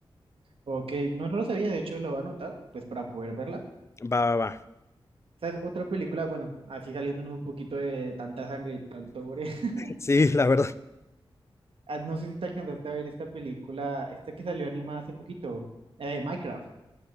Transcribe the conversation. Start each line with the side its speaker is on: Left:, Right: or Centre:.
Right: Ok, no, no lo sabía, de hecho lo voy a anotar, pues para poder verla.
Left: Va, va, va.
Right: ¿Sabes? Otra película, bueno, así saliéndonos un poquito de tanta sangre y tanto gore. <laughs>
Left: Sí, la verdad.
Right: Ah, No sé si te alcanzaste a ver esta película, esta que salió animada hace poquito, eh, Minecraft.